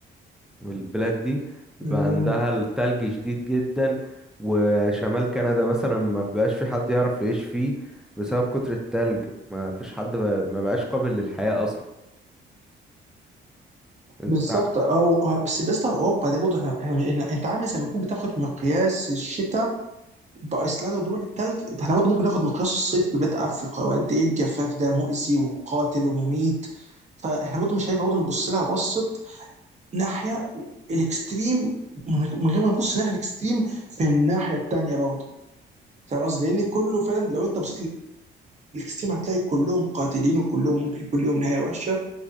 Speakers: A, in the centre; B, on the right (about 35°).
A: البلاد دي بيبقى
B: مم.
A: عندها التلج شديد جدا وشمال كندا مثلا ما بيبقاش في حد يعرف يعيش فيه بسبب كتر التلج ما فيش حد ب... ما بقاش قابل للحياة اصلا انت
B: بالظبط او أو- بس بالنسبه لاوروبا دي برضه احنا احنا- احنا- انت عامل زي ما تكون بتاخد مقياس الشتاء بايسلندا ودول التلج ده احنا برضه ممكن ناخد مقياس الصيف ببلاد افريقيا وقد ايه الجفاف ده مؤذي وقاتل ومميت فاحنا برضه مش هينفع برضه نبص لها بصه ناحيه الاكستريم من غير من غير ما نبص ناحيه الاكستريم في الناحيه التانيه برضه فاهم قصدي؟ لان كله فعلا لو انت بصيت نكس تيم هتلاقي كلهم قاتلين وكلهم ممكن يكون لهم نهايه وحشه